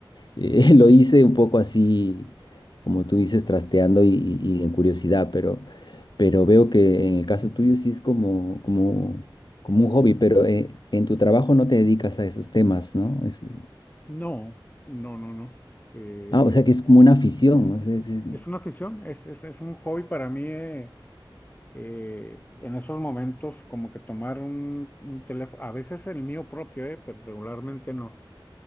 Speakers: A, on the left; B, on the left.
A: eh, <laughs> lo hice un poco así, como tú dices, trasteando y, y- y en curiosidad, pero, pero veo que en el caso tuyo sí es como, como, como un hobby, pero eh, en tu trabajo no te dedicas a esos temas, ¿no? Es-
B: No, no, no, no. Eh,
A: ah,
B: eh,
A: o sea que es como una afición. o sea, es- es-
B: es una afición, es, es, es un hobby para mí. eh, eh, en esos momentos, como que tomar un, un teléfono, a veces el mío propio, eh, pero regularmente no.